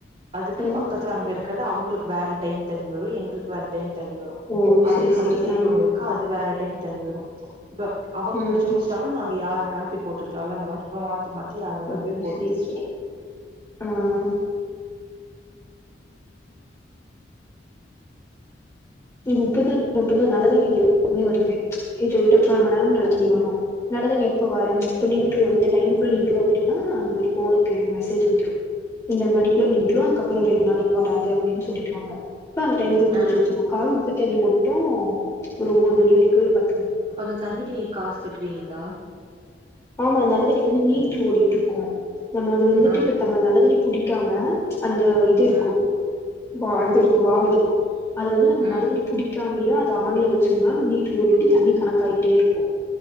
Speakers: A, on the right (about 35°); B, on the left (about 15°).
A: அதுக்கு
B: ம்
A: பக்கத்துல அங்க இருக்கிறது அவங்களுக்கு வேற டைம் தண்ணி வரும் எங்களுக்கு வேற டைம் தண்ணி வரும்
B: ஓ
A: அதுக்கு
B: செரி செரி
A: அந்தசைடு
B: ஆ
A: ஒண்ணு இருக்கா அது வேற டைம் தண்ணி வரும் இப்ப அவங்க
B: ம்
A: புடிச்சுமுடிச் யார் வேணாலும் போய் போட்டுக்கலாம் அந்த மாரி மாத்தி மாத்தி யார் வேணாலு
B: ஓ
A: போய் போட்டு
B: சரி
A: புடிச்சுப்போ
B: சரி ஆஹ் உப்பு தண்ணி மட்டும் நல்ல தண்ணி வருது இருபத்திநாலு மணி நேரமும் நல்ல தண்ணி வரும் நல்ல தண்ணி வா
A: ம்
B: இப்ப நின்றும் இந்த லைன் புல் நின்ரும் அப்டின்னா இந்த மாரி போனுக்கு மெசேஜ் வந்துடும் இந்த மணிக்குள்ள நின்றுடும் அதுக்கப்புறம் ரெண்டு நாளைக்கு வராது அப்டின்னு சொல்லிருவாங்க அப்பா அந்த டைமுக்கு புடிச்சு
A: ஆ
B: வச்சுருவோம் கால் உப்பு தண்ணி மட்டும் ஒரு ஒன்பது மணி வரைக்கும் ஒரு பத்
A: அப்ப அந்த தண்ணிக்கு நீங்க காசு கட்டுவீங்களா
B: ஆமா நல்ல தண்ணீக்குவந்து மீட்ரு ஓடிட்டுருக்கும் நம்ம அது வந்துட்டு
A: ஆ
B: இப்ப நல்ல தண்ணி புடிக்காம அந்த இதுருக்கும்
A: ம்
B: வாலு இருக்கும் வால் இருக்கும் அது
A: ம்
B: நல்ல தண்ணி புடி இல்லமையும் அது ஆன்ல வச்சிருந்தா மீட்டரு ஓடி ஓடி தண்ணி கணக் ஆயிட்டே இருக்கும்